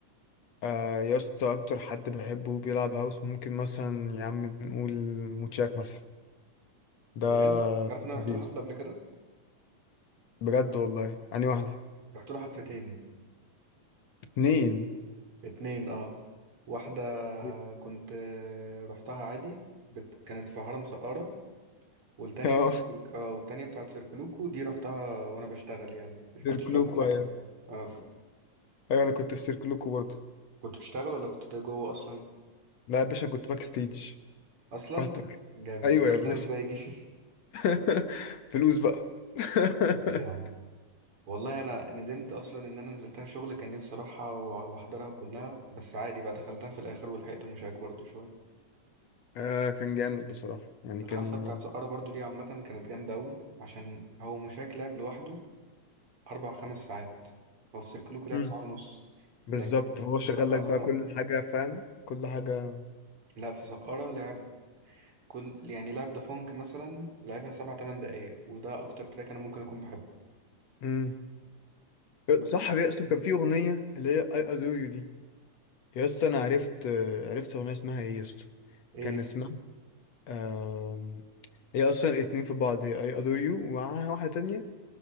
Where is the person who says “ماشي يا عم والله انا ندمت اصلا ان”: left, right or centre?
Right